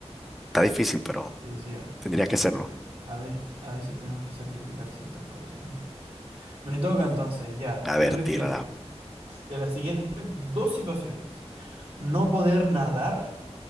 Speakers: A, in the centre; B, on the right.
A: Está difícil, pero
B: Sí, sí, ah.
A: tendría que hacerlo.
B: A veces, a veces tenemos que sacrificar ciertas cosas. Me toca entonces, ya.
A: A
B: ¿Qué
A: ver,
B: prefieres?
A: tírala.
B: De las siguientes dos situaciones. No poder nadar,